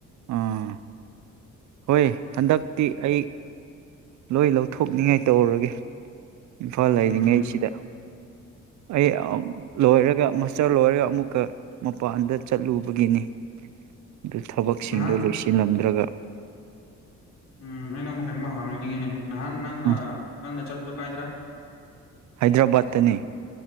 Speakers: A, on the right; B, on the left.
A: ꯑꯥ ꯍꯣꯏ ꯍꯟꯗꯛꯇꯤ ꯑꯩ ꯂꯣꯏ ꯂꯧꯊꯣꯛꯅꯤꯉꯥꯏ ꯇꯧꯔꯒꯦ ꯏꯝꯐꯥꯜ ꯂꯩꯔꯤꯉꯩꯁꯤꯗ
B: ꯎꯝ
A: ꯑꯩ ꯂꯣꯏꯔꯒ ꯆꯠꯂꯣꯏꯔꯒ ꯑꯃꯨꯛꯀ ꯃꯄꯥꯟꯗ ꯆꯠꯂꯨꯕꯒꯤꯅꯤ ꯑꯗꯨ ꯁꯤꯡꯗꯨꯣ
B: ꯅꯍꯥꯟ
A: ꯂꯣꯏꯁꯤꯜꯂꯝꯗ꯭ꯔꯒ
B: ꯎꯝ ꯑ ꯅꯪ ꯃꯈꯜ ꯑꯃ ꯍꯥꯡꯅꯤꯡꯅꯤꯡꯉꯤꯅꯦ ꯅꯍꯥꯟ ꯅꯪꯅ
A: ꯎꯝ
B: ꯅꯪꯅ ꯆꯠꯄꯗꯣ ꯀꯥꯏꯗ꯭ꯔꯥ
A: ꯍꯥꯏꯗ꯭ꯔꯕꯥꯠꯇꯅꯤ